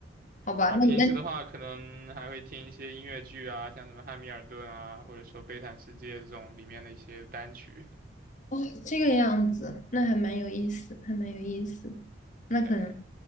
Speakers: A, on the left; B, on the right.
A: 好吧，
B: 然后平时的话，
A: 那那
B: 可能还会听一些音乐剧啊，像什么《汉密尔顿》啊，或者说《悲惨世界》这种里面的一些单曲。
A: 哦这个样子，那还蛮有意思，还蛮有意思，
B: 对，
A: 那可能。